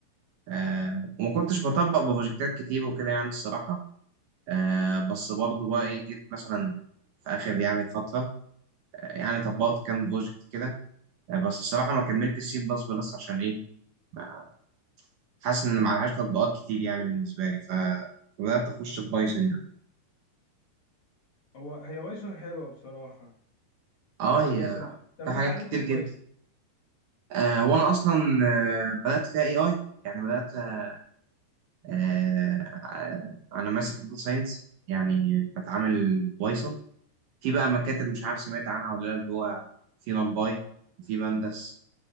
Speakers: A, on the right (about 65°); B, on the left (about 55°).
A: آه وما كنتش بطبق بروجكتات كتير وكده يعني الصراحة آه بس برضه بقى إيه جيت مثلا في آخر يعني فترة آه يعني طبقت كام بروجكت كده آه بس الصراحة ما كملتش سي بلس بلس عشان إيه ما- حاسس إن معلهاش تطبيقات كتير يعني بالنسبة لي ف- فبدأت أخش في بايثون يعني
B: هو هي بايثون حلوه بصراحه
A: آه
B: فاهم
A: يا
B: بايثون طب
A: في
B: انت
A: حاجات
B: اتعلمت
A: كتير
B: ايه في
A: جدا
B: بايثون
A: آه وأنا أصلا آه بدأت فيها إي آي يعني بدأت آه آه، أنا ماسك داتا ساينس يعني بتعامل بايثون في بقى مكاتب مش عارف سمعت عنها ولا لا اللي هو في نمباي وفي بندس